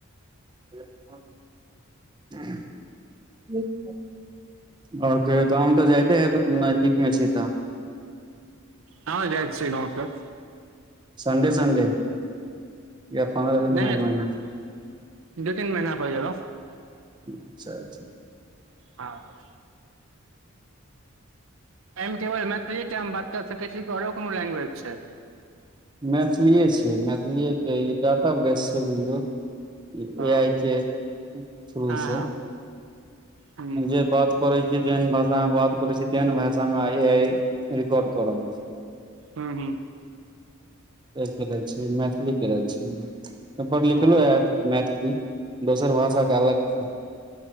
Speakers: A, on the right; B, on the right.
A: <unintelligible> आओर कहियो गाव तऽ जते है तऽ नजदीक मे छी तऽ
B: आहाँ जा छिये गाँव सब
A: संडे संडे इहाय पंद्रह दिन
B: नहि
A: मे
B: नहि
A: एक महिना
B: दू तीन महिना पर गेलौं
A: हूँ अच्छा अच्छा
B: हँ ऐयमऽ केवल मैथिली टा म बात कर सकै छी की आओरो कोनो लैंग्वेज छै
A: मैथिलीे छै मैथिलीे के ई डाटा बेस छै बुझियौ ई
B: हँ
A: ए आइ के थ्रू
B: हँ
A: छै
B: हँ हूँ
A: जे बात करे छी जेहन भाषा मे बात करे छी तेहन भाषा मे ए आइ रिकॉर्ड कर रहल छै
B: हू हूँ
A: तय कऽ लेल छै ई मैथिलीे के लेल छै ओपर लिखलो
B: ओ
A: हैत मैथिली दोसर भाषाके अलग छै